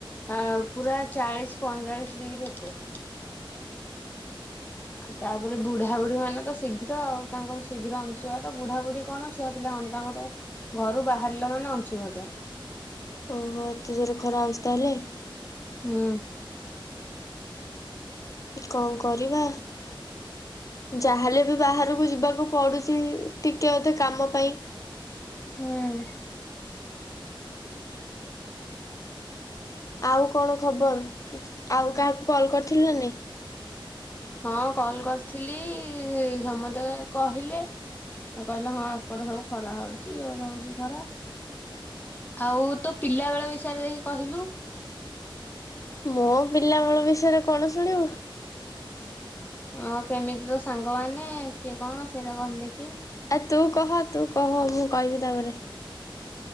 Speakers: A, on the left; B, on the left.
A: ଆ-ପୁରା ଚାଳିଶ ପଇଁଚାଳିଶ ଡିଗ୍ରୀ ଉପରେ। ଆ ତାପରେ ବୁଢା ବୁଢୀ ମାନେ ତ ଶୀଘ୍ର ଆଉ, ତାଙ୍କର ଶୀଘ୍ର ଅଂଶୁଘାତ ବୁଢାାବୁଢୀ କଣ ଛୁଆ ପିଲା କଣ ତାଙ୍କ ତ ଘରୁ ବାହାରିଲା ମାନେ ଅଂଶୁଘାତ।
B: ଓହୋ ଏତେ ଜୋର ର ଖରା ହୋଉଚି ତାହେଲେ।
A: ଅଁ,
B: କଣ କରିବା ଯାହା ହେଲେ ବି ବାହାରକୁ ଯିବାକୁ ପଡୁଚି, ଟିକେ ଅଧେ କାମ ପାଇଁ।
A: ହୁଁ।
B: ଆଉ କଣ ଖବର? ଆଉ କାହାକୁ କଲ୍ କରିଥିଲ ନା ନାଇଁ।
A: ହଁ କଲ୍ କରିଥିଲି ସମସ୍ତେ କହିଲେ ତ କହିଲେ ହଁ ଏପଟ ସବୁ ଖରା ହଉଚି, ଜୋର ହଉଚି ଖରା, ଆଉ ତୋ ପିଲା ବେଳ ବିଷୟରେ ଦେଖି କହିଲୁ।
B: ମୋ ପିଲା ବେଳ ବିଷୟରେ କଣ ଶୁଣିବୁ?
A: ହଁ କେମିତି ତୋ ସାଙ୍ଗମାନେ କିଏ କଣ ସେଇଟା କହିଲୁ ଦେଖି?
B: ଆ ତୁ କହ, ତୁ କହ, ମୁଁ କହିବି ତାପରେ।